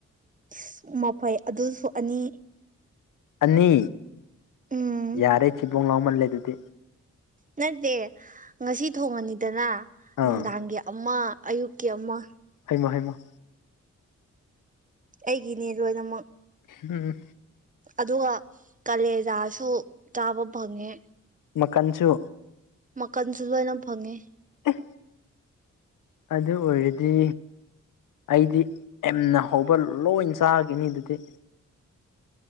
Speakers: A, on the right; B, on the left.
A: ꯏꯁ ꯃꯐꯩ ꯑꯗꯨꯁꯨ ꯑꯅꯤ
B: ꯑꯅꯤ
A: ꯎꯝ
B: ꯌꯥꯔꯦ ꯊꯤꯕꯣꯡ ꯂꯥꯎꯃꯜꯂꯦ ꯑꯗꯨꯗꯤ
A: ꯅꯠꯇꯦ ꯉꯁꯤ ꯊꯣꯡꯉꯅꯤꯗꯅ
B: ꯑꯥ
A: ꯅꯨꯡꯗꯥꯡꯒꯤ ꯑꯃꯥ ꯑꯌꯨꯛꯀꯤ ꯑꯃꯥ
B: ꯍꯩꯃ ꯍꯩꯃ
A: ꯑꯩꯒꯤꯅꯦ ꯂꯣꯏꯅꯃꯛ
B: ꯎꯝ
A: ꯑꯗꯨꯒ ꯀꯂꯦꯖꯥꯁꯨ ꯆꯥꯕ ꯐꯪꯉꯦ
B: ꯃꯀꯟꯁꯨ
A: ꯃꯀꯟꯁꯨ ꯂꯣꯏꯅ ꯐꯪꯉꯦ
B: ꯑꯦ ꯑꯗꯨ ꯑꯣꯏꯔꯗꯤ ꯑꯩꯗꯤ ꯑꯦꯝꯅ ꯍꯧꯕ ꯂꯣꯏ ꯆꯥꯈꯤꯅꯤ ꯑꯗꯨꯗꯤ